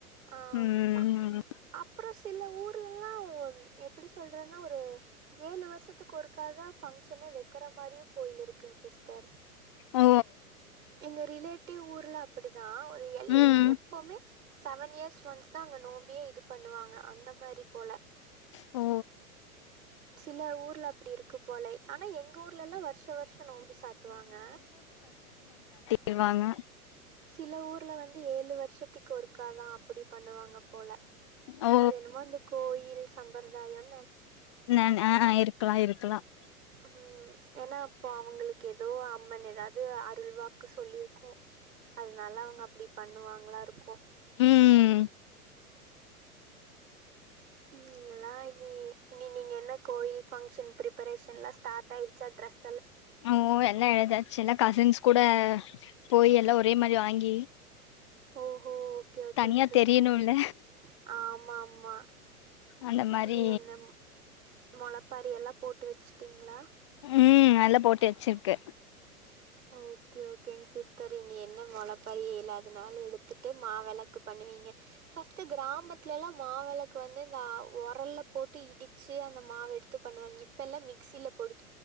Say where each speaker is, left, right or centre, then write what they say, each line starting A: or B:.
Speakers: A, on the right; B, on the left.
A: ஆமா
B: ம்
A: அப்புறோம் சில ஊர்லல்லாம் எப்டி சொல்றன்னா ஒரு ஏழு வருஷத்துக்கு ஒருக்காத பங்க்ஷனே வக்கிறது இருக்கற மாரியே கோயில் இருக்குங்க சிஸ்டர் சித்தர்
B: ஓ
A: எங்க ரிலேட்டிவ் ஊர்ல அப்டிதான் நான் ஒரு எழ் எழ்
B: ம்
A: எப்பவுமே செவன் இயர்ஸ் ஒன்ஸ் தான் அங்க நோம்பியே இது பண்ணுவாங்க அந்த மாரி போல
B: ஓ
A: சில ஊர்ல அப்டி இருக்கு போல ஆனா எங்க ஊர்லல்லாம் வருஷோம் வருஷோம் நோம்பி சாட்டுவாங்க
B: இருவாங்க
A: சில ஊர்ல வந்து ஏழு வருஷத்து வருஷசத்திக்கு ஒருக்காதான் அப்டி பண்ணுவாங்க போல
B: ஓ
A: அது என்னமோ அந்த கோயில் சம்பிரதாயம்
B: நான் ஆ இருக்கலாம் இருக்கலாம்
A: உம் ஏன்னா அப்போ அவங்களுக்கு ஏதோ அம்மன் ஏதாவது அருள்வா க்கு சொல்லிருக்கும் அது நல்லா அவங்க அப்படி பண்ணுவாங்க நல்லா இருக்கு
B: உம்
A: நீயெல்லாம் இனி இனி நீங்க என்ன கோயில் பங்ஷன் பிரிப்பரேஷன்ல தாத்தயிச்ச டிரஸ்
B: ஓ எல்ல எதுச்சு எல்லா கசின்ஸ் கூட போய் எல்லாம் ஒரே மாதிரி வாங்கி
A: ஓஹோ ஓகே ஓகேங்க
B: தனியா
A: சிஸ்டர்
B: தெரியணுல்ல
A: ஆமா ஆமா
B: அந்த மாரி
A: நீ என்ன மொளப்பாரி எல்லாம் போட்டு வச்சுட்டிங்களா
B: உம் நல்லா போட்டி வச்சிருக்க
A: ஓகே ஓகேங்க சிஸ்டர் நீ என்ன மொளப்பாறி இலாதனால எடுத்துட்டு மாவிளக்கு பண்ணுவீங்க பஸ்ட்ட் கிராமத்துல எல்லாம் மாவிளக்கு வந்து இந்த உரல்ல போட்டு இடிச்சு அந்த மாவு எடுத்து பண்ணுவாங்க இப்ப எல்லாம் மிக்சியில போடு